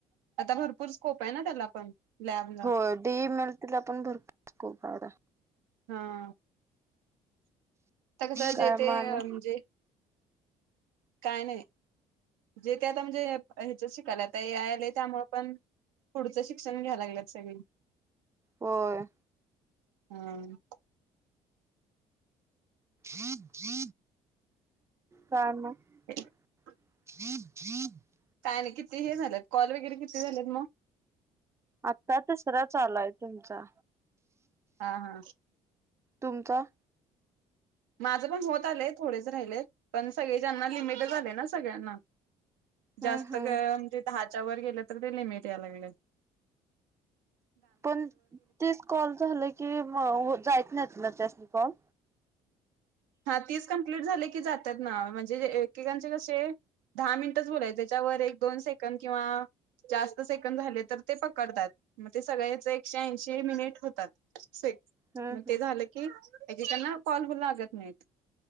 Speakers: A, on the right (about 85°); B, on the right (about 15°).
A: आता भरपूर स्कोप आहे ना त्याला पण लॅबला
B: होय डीएमएल तिला पण भरपूर स्कोप आहे आता
A: हा. आता कसं
B: काय
A: जे
B: म
A: ते
B: आणि
A: म्हणजे काय नाही जे त्या आता म्हणजे ह्याच्या शिकायल्यात आता ए आय आलय त्यामुळ पण पुढचं शिक्षण घ्याय लागलेत सगळी
B: होय.
A: हम्म
B: <inaudible> कारण
A: <inaudible>
B: <inaudible>
A: काय नाही किती हे झालंत कॉल वगैरे किती झालेत मग
B: आत्ता तिसरा चालू हाय तुमचा
A: हा हा.
B: तुमचां?
A: माझं पण होत आलय थोडेच राहिलेत पण सगळे ज्यांना लिमिटेड आलेत ना सगळ्यांना.
B: हम्म
A: जास्त
B: हम्म
A: म्हणजे दहा त्याच्यावर गेल तर बी लिमिट याय लागलय.
B: पण तीस कॉल झालं की जायित नाहीत नव त्यास्नी कॉल?
A: हा तीस कंप्लीट झाल की जात्यात ना, म्हणजे एकेकांचे कसे दहा मिनटच बोलायचे त्याच्यावर एक दोन सेकंड किंवा जास्त सेकंड झाले तर ते पकडतात, मग ते सगळ्याच एकशे ऐंशी मिनिट होतात. से
B: हम्म
A: म
B: हम्म
A: ते झालं की ऐकेकांना कॉल पण लागत नाही.